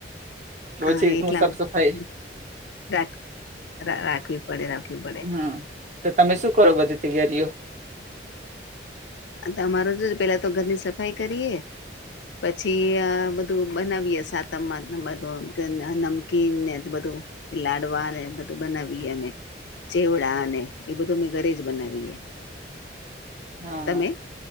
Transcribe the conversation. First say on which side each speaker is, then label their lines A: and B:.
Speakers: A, on the right; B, on the left.
A: એટલે
B: હા
A: પછી
B: એટલામાં
A: હું સાફ સફાઈ
B: રાક રાખવી પડે રાખવી પડે
A: હા તો તમે શું કરો બધી તૈયારીઓ
B: તમારે જો પેલા તો ઘરની સફાઈ કરીએ પછી આ બધું બનાવીયએ સાતમ આઠમ બધું નમકીન ને બધું લાડવા અને બધું બનાવીએ અમે ચેવડા અને એ બધું અમે ઘરે જ બનાવીએ
A: હા
B: તમે